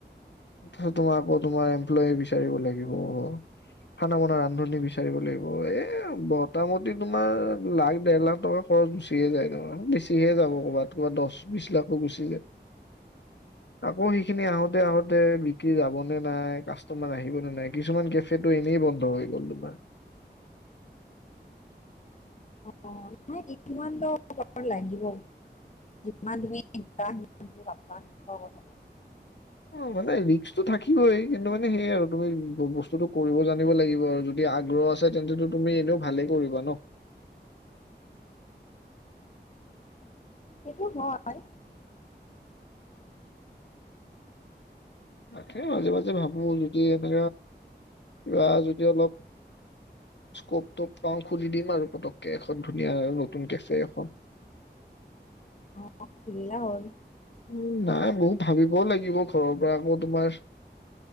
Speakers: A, on the left (about 75°); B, on the left (about 45°).
A: তাৰছত তোমাৰ আকৌ তোমাৰ এমপ্লয় বিচাৰিব লাগিব। খানা মান ৰান্ধনি বিচাৰিব লাগিব এ মোটামুটি তোমাৰ লাখ দেৰ লাখ টকা খৰচ গুচিহে যায় ন বেছিহে যাব ক'ৰবাত ক'বাত দহ বিশ লাখো গুচি যায় আকৌ। খিনি আহোতে আহোতে বিক্ৰী যাব। নে নাই কাষ্টমাৰ আহিব নে নাই- কিছুমান কেফেটো এনেই বন্ধ হৈ গ'ল তোমাৰ
B: অ' ন কিমান দ লাগিব তমান অ' হ'ব হ'ব
A: অ' মানে ৰিক্কটো থাকিবই কিন্তু মানে সেইয় আৰু তুমি বস্তুটো কৰিব জানিব লাগিব আৰু যদি আগ্ৰহ আছে তেন্তো তুমি এনেও ভালেই কৰিবা ন
B: সেইটো হয়, <unintelligible>
A: তাকে মাজে মাজে ভাবো যদি এনো কিবা যদি অলপ স্কপপ পাওঁ খুুলি দিম আৰু পতককে এখন ধুনীয়া আৰু নতুন কেফে এখন
B: অ' খলা হল
A: উম, নাই বহুত ভাবিবও লাগিব ঘৰৰ আকৌ তোমাৰ